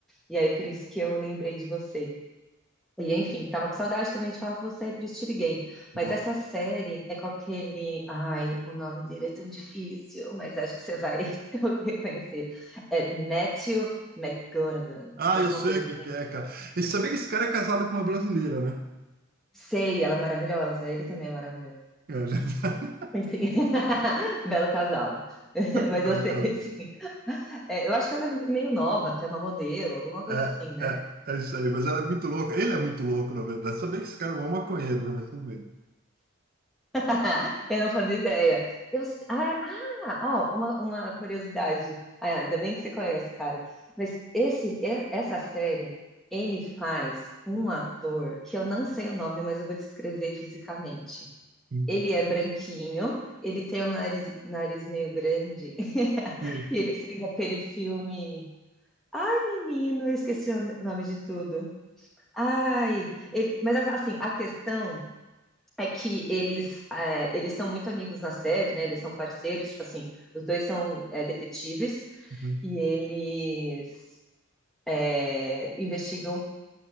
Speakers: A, in the centre; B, on the right.
A: e aí por isso que eu lembrei de você. E enfim, tava com saudade também de falar com você e por isso te liguei.
B: Boa.
A: Mas essa série é com aquele. Ai, o nome dele é tão difícil, mas acho que você vai <laughs> reconhecer. É Matthew McGonagall,
B: Ah,
A: alguma
B: eu sei
A: coisa
B: o
A: assim.
B: que que é, cara. E sabia que esse cara é casado com uma brasileira, né?
A: Sei, ela é maravilhosa, ele também é maravilhoso.
B: É, já <laughs>
A: Enfim, <laughs> belo casal. <laughs> Mas
B: Belo
A: eu sei,
B: caso.
A: sim. É, eu acho que ela é meio nova, até uma modelo, alguma coisa
B: É,
A: assim, né?
B: é, é isso aí, mas ela é muito louca. Ele é muito louco, na verdade. Sabia que esse cara é um maconheiro, né? Mas tudo bem.
A: <laughs> Eu não fazia ideia. Eu, s- ah, ah, ó, uma, uma curiosidade. Ah, ainda bem que você conhece, cara. Mas esse, e- essa série, ele faz um ator que eu não sei o nome, mas eu vou descrever fisicamente.
B: Hum,
A: Ele é branquinho, ele tem um nariz, nariz meio grande, <laughs>
B: hum,
A: e ele fez aquele filme. Ai, menino, eu esqueci o nome de tudo. Ai, ele- mas assim, a questão. É que eles, é, eles são muito amigos na série, né? Eles são parceiros, tipo assim, os dois são é, detetives
B: hum.
A: e eles é, investigam